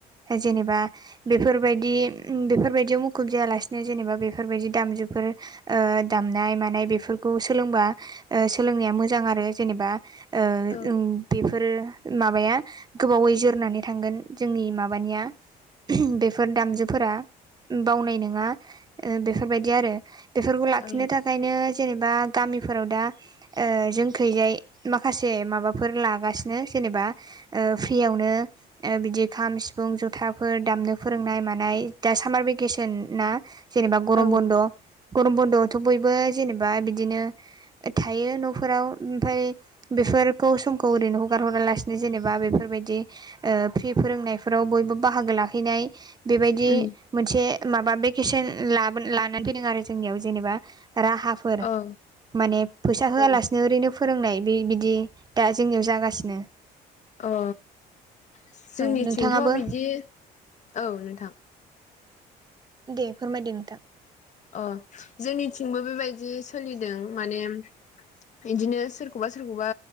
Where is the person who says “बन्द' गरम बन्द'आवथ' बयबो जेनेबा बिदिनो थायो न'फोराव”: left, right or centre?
Right